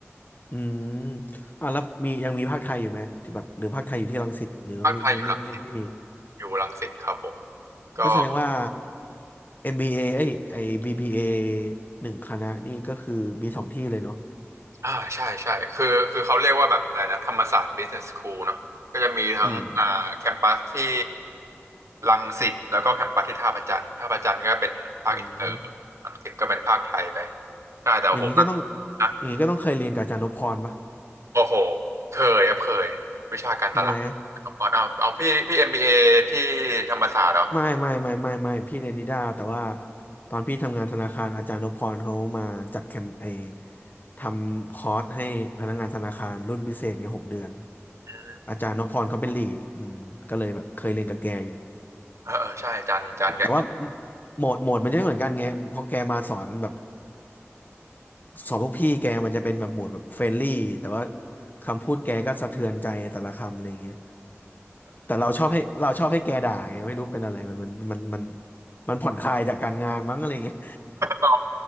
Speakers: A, on the left (about 40°); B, on the right (about 75°).
A: อืมอ่ะแล้วมียังมีภาคไทยอยู่ไหมที่แบบหรือภาคไทยอยู่ที่รังสิตหรือไม่ไม่ไม่ไม่ไม่ไม่มี
B: ภาคไทยอยู่รังอยู่รังสิตครับผมก็
A: ก็แสดงว่า MBA เอเอ้ยไอ้ BBA หนึ่งคณะนี่ก็คือมีสองที่เลยเนาะ
B: อ่าใช่ใช่คือคือเขาเรียกว่าแบบอะไรนะธรรมศาสตร์ Business School เนาะก็จะมีทั้งอ่าแคมปัสที่
A: อืม
B: รังสิตแล้วก็แคมปัสที่ท่าพระจันทร์ท่าพระจันทร์ก็เป็นภาคอินเตอร์
A: อืม
B: รังสิตก็เป็นภาคไทยไปใช่แต่โหหนั
A: อย่างนี้ก็ต้อง
B: ก
A: อย่างนี้ก็ต้องเคยเรียนกับอาจารย์นพพรป่ะ
B: โอ้โหเคยครับเคยวิชาการตลาด
A: ใช่ไหม
B: เอาเอาเอาพี่พี่เอ็มบีเอที่ธรรมศาสตร์เหรอ
A: ไม่ไม่ไม่ไม่ไม่พี่เรียนนิด้าแต่ว่าตอนพี่ทำงานธนาคารอาจารย์นพพรเขามาจัดแคมเปญทำคอร์สให้พนักงานธนาคารรุ่นพิเศษเนี่ยหกเดือน
B: อืม
A: อาจารย์นพพรเขาเป็นลีดอืมก็เลยแบบเคยเรียนกับแกอยู่
B: เออเออใช่จันจันกับกิ๊บ
A: แต่แต่ว่าโหมดโหมดมันจะไม่เหมือนกันไงเพอแกมาสอนแบบ สอบพวกพี่แกมันจะเป็นแบบโหมดแบบเฟรนลี่แต่ว่าคำพูดแกก็สะเทือนใจแต่ละคำอะไรเงี้ยแต่เราชอบให้เราชอบให้แกด่าไงไม่รู้เป็นอะไรมันมันมันมันมันผ่อนคลายจากการงานมั้งอะไรเงี้ย
B: อ๋อ